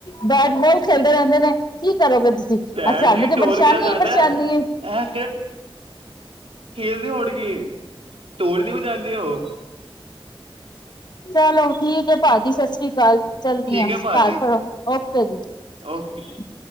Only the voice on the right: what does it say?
ਭੈਣ
ਜੀ
ਢੋਲ
ਕਿਹੜਾ ਵਜਾਦਾ
ਹੈ
ਇਹ ਹੋੜ ਕੀ ਐ ਟੋਲ ਨੀ ਵ ਜਾਂਦੇ ਉਹ।
ਠੀਕ
ਹੈ ਭਾਜੀ
ਓਕੇ